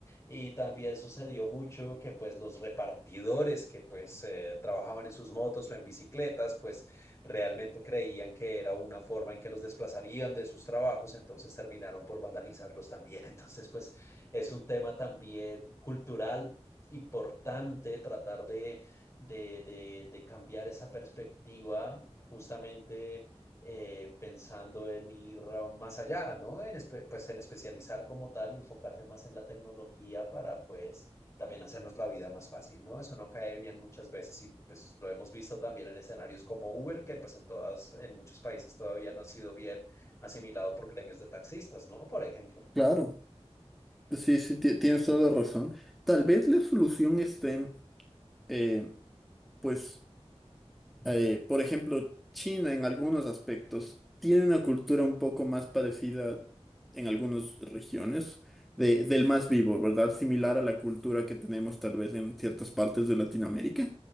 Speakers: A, on the left (about 25°); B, in the centre.
A: y también sucedió mucho que pues los repartidores que pues eh, trabajaban en sus motos o en bicicletas pues realmente creían que era una forma en que los desplazarían de sus trabajos, entonces terminaron por vandalizarlos también. <laughs> Entonces pues es un tema también cultural importante tratar de de, de- de cambiar esa perspectiva, justamente eh, pensando en ir más allá, ¿no? En, espe- pues en especializar como tal y enfocarse más en la tecnología para pues también hacernos la vida más fácil, ¿no? Eso no cae bien muchas veces y pues lo hemos visto también en escenarios como Uber, que pues en todas, en muchos países todavía no ha sido bien asimilado por gremios de taxistas, ¿no? Por ejemplo.
B: Claro. Sí, sí, ti- tienes toda la razón. Tal vez la solución esté, eh, pues, eh, por ejemplo, China en algunos aspectos tiene una cultura un poco más parecida en algunas regiones de- del más vivo, ¿verdad? Similar a la cultura que tenemos tal vez en ciertas partes de Latinoamérica.